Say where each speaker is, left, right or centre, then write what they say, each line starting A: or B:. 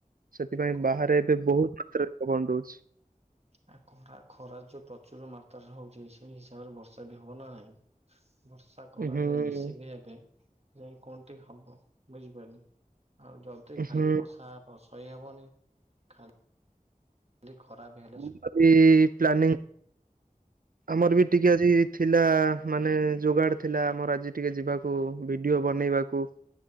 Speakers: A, on the right; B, on the right.
A: ସେଥିପାଇଁ
B: କଣ
A: ବାହାରେ ଏବେ ବହୁତ୍ ମାତ୍ରା ରେ ପବନ ଦଉଛି।
B: ଆ ଖରା ଖରା ଯୋଉ ପ୍ରଚୁର ମାତ୍ରାରେ ହଉଛି ସେଇ ହିସାବରେ ବର୍ଷା ବି ହବ ନା ନାହିଁ। ବର୍ଷା ଖରା
A: ହୁଁ
B: ଯୋଉ ମିଶିକି ହେବେ ଯାଇ କଣ ଟିକେ ହବ। ବୁଝିପାରିଲି ଆଉ ଯଦି ଖାଲି
A: ହୁଁ
B: ବର୍ଷା ସହି ହବନି। ଖାଲି ଖରା ବି ହେଲେ
A: ଆମର ବି
B: ସହି
A: ପ୍ଲାନିଂ
B: ହବନି।
A: ଆମର ବି ଟିକେ ଆଜି ଥିଲା ମାନେ ଯୋଗାଡ଼ ଥିଲା ଆମର ଆଜି ଟିକେ ଯିବାକୁ ଭିଡିଓ ବନେଇବାକୁ।